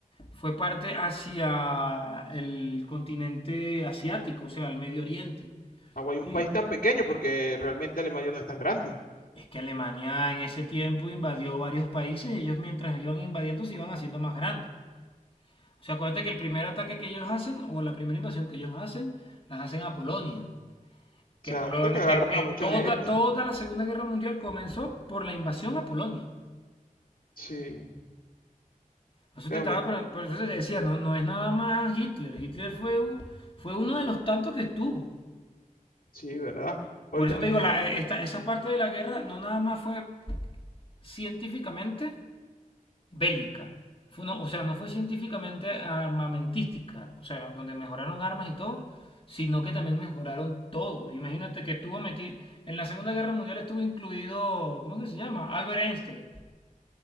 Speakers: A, on the left; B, on the left.
A: fue parte hacia el continente asiático, o sea, el Medio Oriente.
B: Agua hay
A: Y
B: un país tan pequeño porque realmente Alemania no es tan grande.
A: es que Alemania en ese tiempo invadió varios países, y ellos mientras iban invadiendo se iban haciendo más grandes. O sea, acuérdate que el primer ataque que ellos hacen, o la primera invasión que ellos hacen, las hacen a Polonia.
B: exacto
A: Que, Polonia,
B: que agarran
A: que, que
B: a mucha
A: toda,
B: gente.
A: toda la Segunda Guerra Mundial comenzó por la invasión a Polonia.
B: Sí,
A: Por eso
B: pero
A: te, estaba,
B: me-
A: por- por eso te decía, no, no es nada más Hitler. Hitler fue, un- fue uno de los tantos que estuvo.
B: sí, ¿verdad? Ahorita,
A: Por eso te
B: mm,
A: digo, la-
B: eh,
A: esta- esa parte de la guerra no nada más fue científicamente, bélica. Fue no- o sea, no fue científicamente armamentística, o sea, donde mejoraron armas y todo, sino que también mejoraron todo. Imagínate que estuvo metido, en la Segunda Guerra Mundial estuvo incluido, ¿cómo que se llama? Albert Einstein,